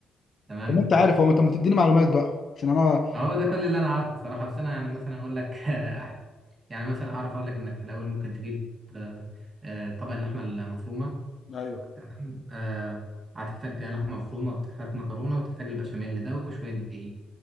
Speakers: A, on the right; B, on the left.
A: تمام
B: طب ما انت عارف هو انت ما تديني معلومات بقى عشان انا
A: هو ده كل اللي انا عارفه صراحه بس انا يعني مثلا اقول لك <laughs> يعني مثلا اعرف اقول لك انك في الاول ممكن تجيب آه، آه، طبق اللحمه المفرومه
B: ايوه
A: تمام آه، هتحتاج لحمه مفرومه وتحتاج مكرونه وتحتاج البشاميل ده وشويه دقيق